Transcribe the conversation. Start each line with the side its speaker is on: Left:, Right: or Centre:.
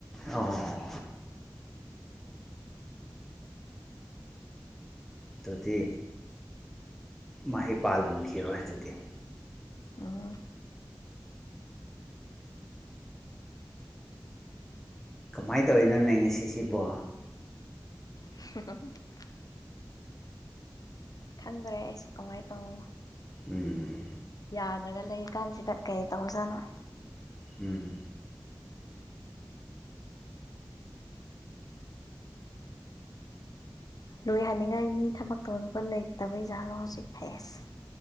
Centre: ꯑꯣ꯫ ꯑꯗꯨꯗꯤ ꯃꯍꯩ ꯄꯥꯜꯂꯝꯈꯤꯔꯣꯏ ꯑꯗꯨꯗꯤ꯫
Left: ꯎꯝ
Centre: ꯀꯃꯥꯏꯟ ꯇꯧꯔꯤꯅꯣꯅꯦ ꯉꯁꯤꯁꯤꯕꯣ꯫
Left: <unintelligible> ꯈꯪꯗ꯭ꯔꯦ ꯑꯩꯁꯨ ꯀꯃꯥꯏꯅ ꯇꯧꯕꯅꯣ꯫
Centre: ꯎꯝ꯫
Left: ꯌꯥꯗ꯭ꯔꯒ ꯂꯩꯔꯤ ꯀꯥꯟꯁꯤꯗ ꯀꯩ ꯇꯧꯖꯥꯠꯅꯣ꯫
Centre: ꯎꯝ
Left: ꯂꯣꯏꯍꯟꯅꯤꯡꯉꯥꯏ ꯃꯤ ꯊꯕꯛꯛꯇꯧꯔꯒ ꯂꯩꯇꯕꯩꯖꯥꯠꯂꯣ ꯍꯧꯖꯤꯛ ꯍꯥꯏꯁ